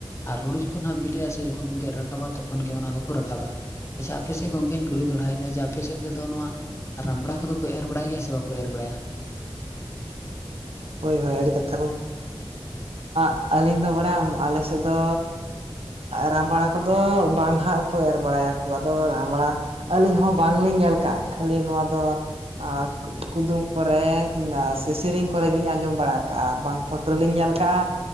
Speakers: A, on the left; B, on the right.
A: ᱟᱨ ᱦᱩᱲᱩ ᱡᱚᱠᱷᱚᱱ ᱦᱟᱸᱜ ᱵᱤᱞᱤᱜᱼᱟ ᱥᱮ ᱡᱚᱠᱷᱚᱱ ᱠᱚ ᱜᱮᱫ ᱨᱟᱠᱟᱵᱟ ᱛᱚᱠᱷᱚᱱ ᱛᱚᱠᱷᱚᱱ ᱜᱮ ᱚᱱᱟ ᱫᱚᱠᱚ ᱨᱟᱠᱟᱵᱟ ᱟᱪᱪᱷᱟ ᱟᱯᱮ ᱥᱮᱫ ᱜᱚᱝᱠᱧ ᱠᱩᱞᱤ ᱫᱚᱲᱟᱭᱮᱫ ᱢᱮᱭᱟ ᱡᱮ ᱟᱯᱮ ᱥᱮᱫ ᱛᱮᱫᱚ ᱱᱚᱣᱟ ᱨᱟᱢᱲᱟ ᱠᱚᱫᱚ ᱠᱚ ᱮᱨ ᱵᱟᱲᱟᱭ ᱜᱮᱭᱟ ᱥᱮ ᱵᱟᱠᱚ ᱮᱨ ᱵᱟᱲᱟᱭᱟ
B: ᱦᱳᱭ ᱦᱳᱭ ᱟᱹᱰᱤ ᱠᱟᱛᱷᱟ <unintelligible> ᱟᱹᱞᱤᱧ ᱫᱚ ᱵᱟᱲᱟᱭᱟᱢ ᱟᱞᱮ ᱥᱮᱫ ᱫᱚ ᱨᱟᱢᱵᱟᱲᱟ ᱠᱚᱫᱚ ᱵᱟᱝ ᱦᱟᱸᱜ ᱠᱚ ᱮᱨ ᱵᱟᱲᱟᱭᱟᱠᱚ ᱟᱫᱚ ᱨᱟᱢᱵᱟᱲᱟ ᱟᱹᱞᱤᱧ ᱦᱚᱸ ᱵᱟᱝᱞᱤᱧ ᱧᱮᱞ ᱠᱟᱜ ᱠᱷᱟᱹᱞᱤ ᱱᱚᱣᱟ ᱫᱚ ᱟᱨ ᱠᱩᱫᱩᱢ ᱠᱚᱨᱮ ᱥᱮ ᱥᱮᱨᱮᱧ ᱠᱚ ᱠᱚᱨᱮ ᱜᱮᱞᱤᱧ ᱟᱸᱡᱚᱢ ᱵᱟᱲᱟ ᱠᱟᱜᱼᱟ ᱵᱟᱝ ᱯᱷᱳᱚᱴᱳ ᱞᱤᱧ ᱧᱮᱞ ᱠᱟᱜᱼᱟ